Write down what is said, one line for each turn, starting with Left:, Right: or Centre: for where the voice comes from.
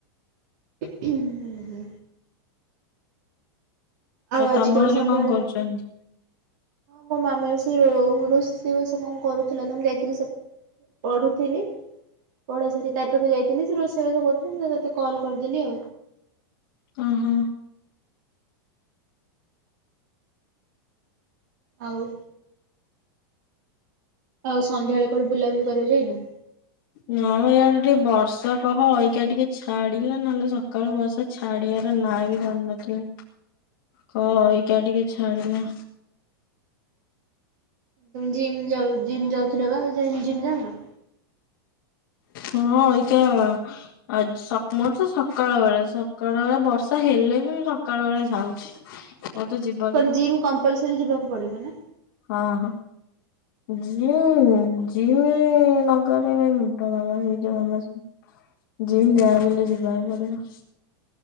Right: ହୁଁ ହୁଁ।
Left: ଆଉ
Right: ଆଜି
Left: ତମ
Right: କୁଆଡେ
Left: ଘରେ
Right: ସନ୍ଧ୍ୟାବେଳେ
Left: କଣ କରୁଛନ୍ତି?
Right: ମୋ ମାମା ସେଇ ରୋଷେଇ ବାସ କଣ କରୁଥିଲା ତମେ ଯାଇଥିଲି ସେ ପଢୁଥିଲି। କଢା ସାରୀ ତାରି ପାଖ ଯାଇଥିଲି ସେ ରୋଷେଇବାସ କହୁଥିଲେ ମୁଁ ତତେ କଲ୍ କରିଦେଲି ଆଉ।
Left: ଓହୋ।
Right: ଆଉ? ଆଉ ସନ୍ଧ୍ୟାବେଳେ କୁଆଡେ ବୁଲାବୁଲି କରିବାକୁ ଯାଇନ?
Left: ନାମ ଇଆଡେ ଟିକେ ବର୍ଷା କହ ଏଇକା ଟିକେ ଛାଡିଲା ନହେଲେ ସକାଳୁ ବର୍ଷା ଛାଡ଼ିବାର ନାଁ ବି ଧରୁନଥିଲା।
Right: ହ।
Left: କହ ଏଇକା ଟିକେ ଛାଡିଲା।
Right: ତମେ ଜିମ୍ ଜିମ୍ ଯାଉଥିଲ ବା ଜିମ୍ ଯାଉନ?
Left: ହଁ ଏଇକା ଆ ମୋର ତ ସକାଳ ବେଳା ସକାଳ ବେଳା ବର୍ଷା ହେଲେ ବି ମୁଁ ସକାଳ ବେଳା ଯାଉଛି। ହଁ ତ ଯିବ।
Right: କଣ ଜିମ୍ କମ୍ପଲ୍ସାରୀ ଯିବାକୁ ପଡ଼ିବ ନା?
Left: ହଁ ହଁ ଜିମ୍ ଜିମ୍ ନଗ ଲେ ମୁଣ୍ଡ ପାଗଳ ହେଇ ସମସ୍ତଙ୍କର ଜିମ ଯାହାବି ହେଲେ ଯିବାକୁ ପଡିବ।